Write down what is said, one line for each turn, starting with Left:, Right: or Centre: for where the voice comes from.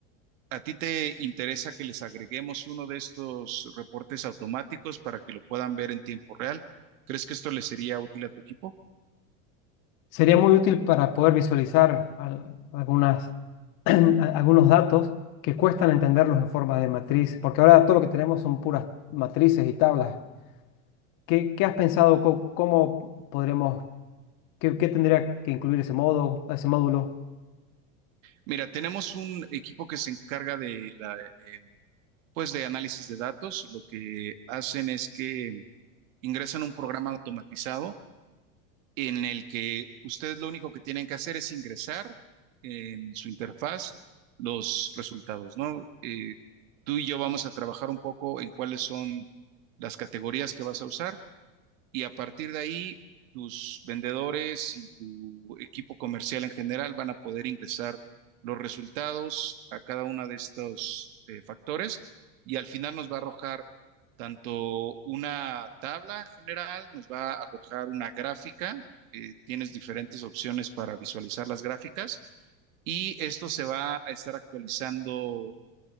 Right: ¿A ti te interesa que les agreguemos uno de estos reportes automáticos para que lo puedan ver en tiempo real? ¿Crees que esto le sería útil a tu equipo?
Left: Sería muy útil para poder visualizar al- algunas, <clears throat> a- algunos datos que cuestan entenderlos en forma de matriz, porque ahora todo lo que tenemos son puras matrices y tablas. ¿Qué, qué has pensado? co- ¿Cómo, podríamos, qué, qué tendría que incluir ese modo, ese módulo?
Right: Mira, tenemos un equipo que se encarga de la, em, pues de análisis de datos. Lo que hacen es que ingresan un programa automatizado en el que ustedes lo único que tienen que hacer es ingresar en su interfaz los resultados, ¿no? Eh, tú y yo vamos a trabajar un poco en cuáles son las categorías que vas a usar y a partir de ahí tus vendedores y tu equipo comercial en general van a poder ingresar los resultados a cada uno de estos eh, factores y al final nos va a arrojar tanto una tabla general, nos va a arrojar una gráfica, eh, tienes diferentes opciones para visualizar las gráficas y esto se va a estar actualizando